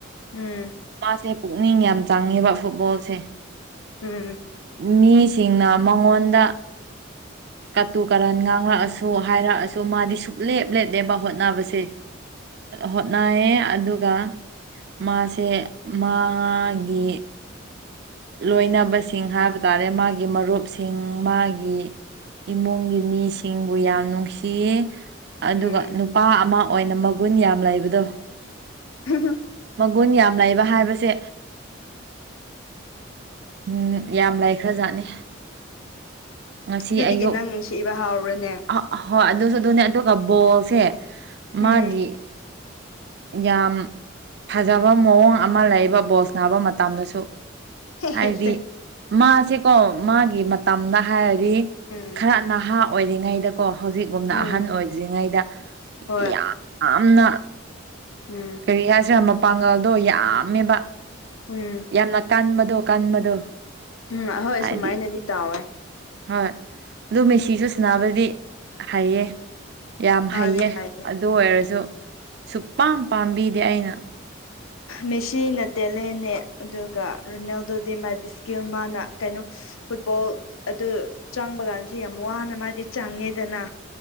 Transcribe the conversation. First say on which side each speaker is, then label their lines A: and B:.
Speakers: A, on the left (about 80°); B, on the right (about 55°).
A: ꯎꯝ
B: ꯁꯦ ꯄꯨꯛꯅꯤꯡ ꯌꯥꯝ ꯆꯪꯉꯦꯕ ꯐꯨꯠꯕꯣꯜꯁꯦ
A: ꯎꯝ
B: ꯃꯤꯁꯤꯡꯅ ꯃꯉꯣꯟꯗ ꯀꯇꯨ ꯀꯔꯟ ꯉꯥꯡꯂꯛꯑꯁꯨ ꯍꯥꯏꯔꯛꯑꯁꯨ ꯃꯥꯗꯤ ꯁꯨꯡꯛꯂꯦꯞ ꯂꯦꯞꯅꯦꯕ ꯍꯣꯠꯅꯕꯁꯦ ꯍꯣꯠꯅꯌꯦ ꯑꯗꯨꯒ ꯃꯥꯁꯦ ꯃꯥꯒꯤ ꯂꯣꯏꯅꯕꯁꯤꯡ ꯍꯥꯏꯕ ꯇꯥꯔꯦ ꯃꯥꯒꯤ ꯃꯔꯨꯞꯁꯤꯡ ꯃꯥꯒꯤ ꯏꯃꯨꯡꯒꯤ ꯃꯤꯁꯤꯡꯕꯨ ꯌꯥꯝ ꯅꯨꯡꯁꯤꯌꯦ ꯑꯗꯨꯒ
A: ꯎꯝ
B: ꯅꯨꯄꯥ ꯑꯃ ꯑꯣꯏꯅ ꯃꯒꯨꯟ ꯌꯥꯝ ꯂꯩꯕꯗꯣ
A: ꯍ
B: ꯃꯒꯨꯟ ꯌꯥꯝ ꯂꯩꯕ ꯍꯥꯏꯕꯁꯦ ꯎꯝ ꯌꯥꯝ ꯂꯥꯏ ꯈꯔꯖꯥꯠꯅꯤ ꯉꯁꯤ
A: ꯑꯗꯨꯗꯒꯤ
B: ꯑꯌꯨꯛ
A: ꯅꯪ ꯅꯨꯡꯁꯤꯕ ꯍꯥꯎꯔꯅꯦ
B: ꯑ ꯍꯣꯏ ꯑꯗꯨꯁꯨ ꯑꯗꯨꯅꯦ ꯑꯗꯨꯒ ꯕꯣꯜꯁꯦ ꯃꯥꯒꯤꯦ
A: ꯎꯝ
B: ꯌꯥꯝ ꯐꯖꯕ ꯃꯑꯣꯡ ꯑꯃ ꯂꯩꯕ ꯕꯣꯁ ꯅꯥꯕ ꯃꯇꯝꯗꯁꯨ
A: ꯍꯦ
B: ꯍꯥꯏꯗꯤ
A: ꯍꯦꯁꯦ
B: ꯃꯥꯁꯦꯀꯣ ꯃꯥꯒꯤ ꯃꯇꯝꯗ ꯍꯥꯏꯔꯒ
A: ꯎꯝ
B: ꯈꯔ ꯅꯍꯥ ꯑꯣꯏꯔꯤꯉꯩꯗꯀꯣ ꯍꯧꯖꯤꯛꯒꯨꯝꯅ
A: ꯎꯝ
B: ꯑꯍꯟ ꯑꯣꯏꯗ꯭ꯔꯤꯉꯩꯗ
A: ꯍꯣꯏ
B: ꯌꯥꯝꯅ
A: ꯎꯝ
B: ꯀꯔꯤ ꯍꯥꯏꯁꯤꯔ ꯃꯄꯥꯡꯒꯜꯗꯣ ꯌꯥꯝꯃꯦꯕ
A: ꯎꯝ
B: ꯌꯥꯝꯅ ꯀꯥꯟꯕꯗꯣ ꯀꯥꯟꯕꯗꯣ
A: ꯎꯝ ꯑꯍꯣꯏ
B: ꯍꯥꯏꯗꯤ
A: ꯁꯨꯃꯥꯏꯅꯗꯤ ꯇꯥꯎꯋꯦ
B: ꯍꯣꯏ ꯑꯗꯨ ꯃꯦꯁꯤꯁꯨ ꯁꯅꯕꯗꯤ ꯍꯥꯏꯌꯦ ꯌꯥꯝ
A: ꯃꯥꯗꯤ
B: ꯍꯩꯌꯦ
A: ꯍꯥꯏꯌꯦ
B: ꯑꯗꯨ ꯑꯣꯏꯔꯁꯨ ꯁꯨꯄꯥꯝ ꯄꯥꯝꯕꯤꯗꯤꯦ ꯑꯩꯅ
A: ꯃꯦꯁꯤꯅ ꯇꯦꯂꯦꯟꯅꯦ ꯑꯗꯨꯒ ꯔꯣꯅꯦꯜꯗꯣꯗꯤ ꯃꯥꯗꯤ ꯏꯁꯀꯤꯜ ꯃꯥꯅ ꯀꯩꯅꯣ ꯐꯨꯠꯕꯣꯜ ꯑꯗꯨ ꯆꯪꯕ ꯀꯥꯟꯁꯤꯦ ꯌꯥꯝ ꯋꯥꯅ ꯃꯥꯗꯤ ꯆꯪꯉꯦꯗꯅ